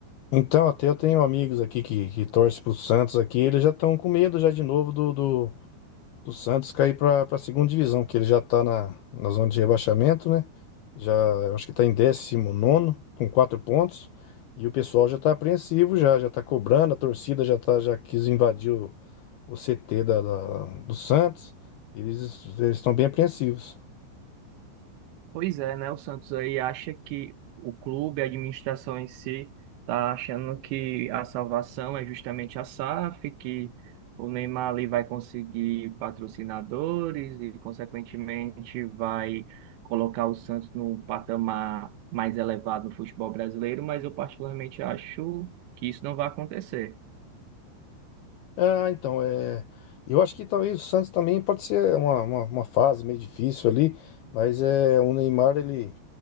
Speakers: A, on the left (about 80°); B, on the right (about 75°).
A: Então, até eu tenho amigos aqui que, que torcem pro Santos aqui, eles já estão com medo já de novo do, do, do Santos cair para a segunda divisão, que ele já está na, na zona de rebaixamento, né? Já, eu acho que está em décimo nono com quatro pontos, e o pessoal já está apreensivo já, já está cobrando, a torcida já, tá, já quis invadir o o CT da, da- do Santos, eles eles estão bem apreensivos.
B: Pois é, né? O Santos aí acha que o clube, a administração em si, tá achando que a salvação é justamente a SAF, que o Neymar ali vai conseguir patrocinadores e, consequentemente, vai colocar o Santos num patamar mais elevado no futebol brasileiro, mas eu particularmente acho que isso não vai acontecer.
A: Ah, então, é, eu acho que talvez o Santos também pode ser uma, uma, uma fase meio difícil ali, mas é o Neymar, ele,